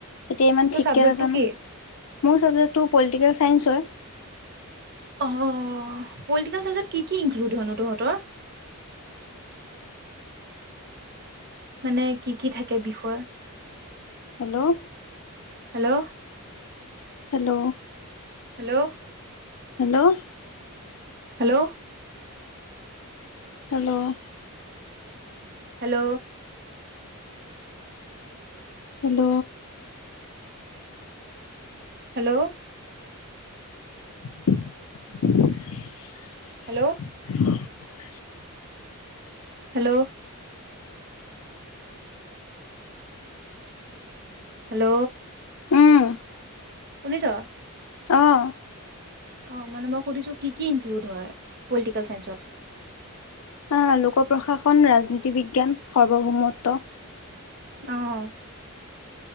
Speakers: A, on the left; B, on the right.
A: এতিয়া ইমান
B: তোৰ
A: ঠিককে
B: চাবজেক্টটো
A: নাজানো।
B: কি
A: মোৰ চাবজেক্টটো পলিটিকেল চাইন্স হয়।
B: অ পলটিকেল চায়েঞ্চেত কি-কি ইনক্লুইড হয়নো তহঁতৰ? মানে কি কি থাকে বিষয়?
A: Hello?
B: Hello?
A: Hello?
B: Hello?
A: Hello?
B: Hello?
A: Hello?
B: Hello?
A: Hello?
B: Hello?
A: <unintelligible>
B: Hello?
A: <unintelligible>
B: Hello? Hello?
A: উম
B: শুনিছ?
A: অঁ
B: অ মানে মই সুধিছো কি-কি ইনক্লুড হয়, পলিটিকেল চাইসত?
A: আহ লোক প্ৰশাসন, ৰাজনীতি বিজ্ঞান, সাৰ্বভৌমত্ব
B: অহ